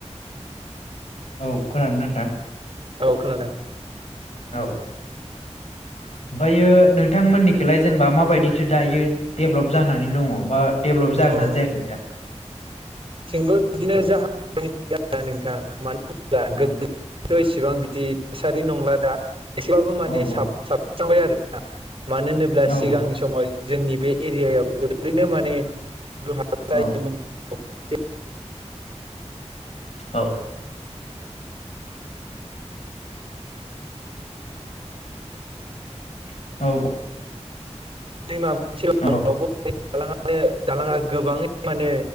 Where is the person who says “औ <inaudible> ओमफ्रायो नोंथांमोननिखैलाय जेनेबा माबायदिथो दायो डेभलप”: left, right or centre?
Left